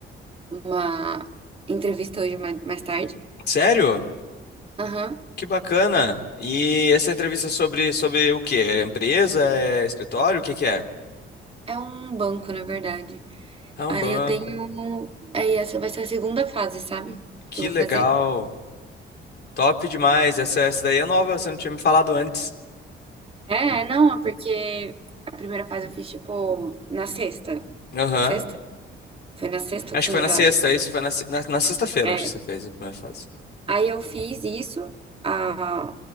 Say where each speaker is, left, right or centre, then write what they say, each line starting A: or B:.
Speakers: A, on the right; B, on the left.
A: uma entrevista hoje mais, mais tarde.
B: Sério?
A: Aham.
B: Que bacana. E essa entrevista é sobre, sobre o quê? É empresa? É escritório? O que que é?
A: É um banco, na verdade.
B: É um
A: Aí
B: banco.
A: eu tenho. Aí essa vai ser a segunda fase, sabe?
B: Que
A: Que eu vou
B: legal.
A: fazer.
B: Top demais. Essa, essa daí é nova, você não tinha me falado antes.
A: É, não, é porque a primeira fase eu fiz, tipo, na sexta.
B: Aham.
A: Sexta? Foi na sexta
B: Acho
A: ou quinta,
B: que foi na sexta,
A: acho.
B: isso foi na, se- na, na sexta-feira,
A: É.
B: acho que você fez a primeira fase.
A: Aí eu fiz isso, a,